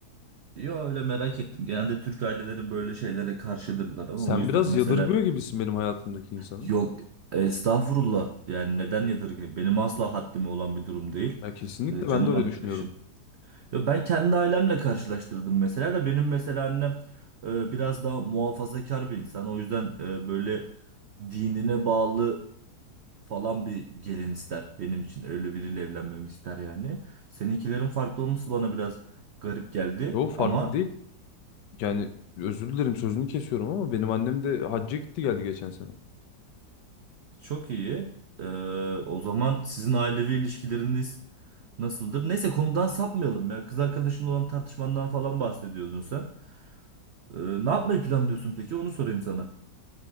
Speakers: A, on the right (about 75°); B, on the left (about 80°).
A: Yo öyle merak ettim. Genelde Türk aileleri böyle şeylere karşıdırlar ama
B: Sen
A: o yüzden
B: biraz
A: mesela
B: yadırgıyor gibisin benim hayatımdaki insanı.
A: yok estağfurullah yani neden yadırgayım? Benim asla haddime olan bir durum değil.
B: Ya kesinlikle
A: Ee, canım
B: ben de öyle
A: arkadaşım.
B: düşünüyorum.
A: Ya ben kendi ailemle karşılaştırdım mesela da benim mesela annem e, biraz daha muhafazakar bir insan. O yüzden e, böyle dinine bağlı falan bir gelin ister benim için. Öyle biriyle evlenmemi ister yani. Seninkilerin farklı olması bana biraz garip geldi
B: Yo farklı
A: ama
B: değil. Yani özür dilerim sözünü kesiyorum ama benim annem de hacca gitti geldi geçen sene.
A: Çok iyi. Ee, o zaman sizin ailevi ilişkileriniz nasıldır? Neyse konudan sapmayalım ya. Kız arkadaşın olan tartışmandan falan bahsediyordun sen. Ee, ne yapmayı planlıyorsun peki? Onu sorayım sana.